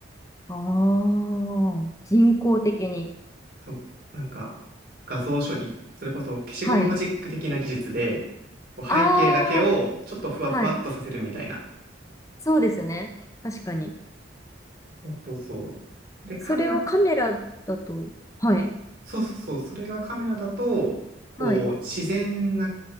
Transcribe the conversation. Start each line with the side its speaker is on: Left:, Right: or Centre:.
Left: ああ、人工的に。
Right: そう、なんか画像処理、それこそ消しゴムマジック的な技術で、
Left: はい。
Right: こう背景だけをちょっとふわふわっとさせるみたいな。
Left: ああ、はい。そうですね。確かに。
Right: そうそうそう。で、カメラ、
Left: それはカメラだと、はい、
Right: そうそうそう、それがカメラだと、こう自然な
Left: はい。